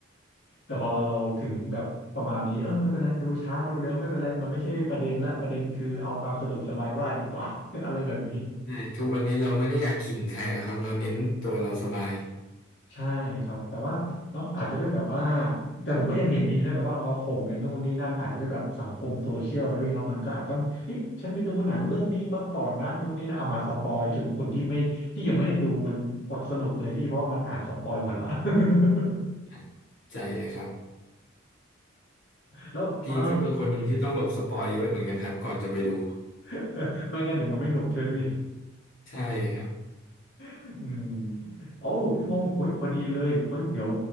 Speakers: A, on the left; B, on the left.
A: แต่พอเราถึงแบบประมาณนี้เออไม่เป็นไรดูช้าดูเร็วไม่เป็นไรมันไม่ใช่ประเด็นละประเด็นคือเอาความสะดวกสบายว่าดีกว่า <laughs> อะไรแบบนี้
B: ใช่ทุกวันนี้เราไม่ได้อยากขิงใครแล้วครับเราเน้นตัวเราสบาย
A: ใช่ครับแต่ว่าเนาะอาจจะด้วยแบบว่าแต่ผมก็ยังเห็นมีนะแบบว่าเอามาข่มกันนู่นนี่นั่นอาจจะด้วยแบบสังคมโซเชียลนะพี่เนอะมันก็อาจต้องเฮ้ยฉันไปดูหนังเรื่องนี้มาก่อนนะนู่นนี่นะเอามาสปอยจนคนที่ไม่ที่ยังไม่ได้ดูมันอดสนุกเลยพี่เพราะว่ามันอ่านสปอยหมดละ <laughs>
B: ครับใจเลยครับ
A: แล้วเออ
B: พี่ก็เป็นคนหนึ่งที่ต้องหลบสปอยเยอะเหมือนกันครับก่อนจะไปดู
A: <laughs> ไม่งั้นเดี๋ยวมันไม่หนุกใช่ไหมพี่
B: ใช่ครับ
A: อืมโอ้พี่พงศ์โอ้ยพอดีเลยโอ้ยเดี๋ยว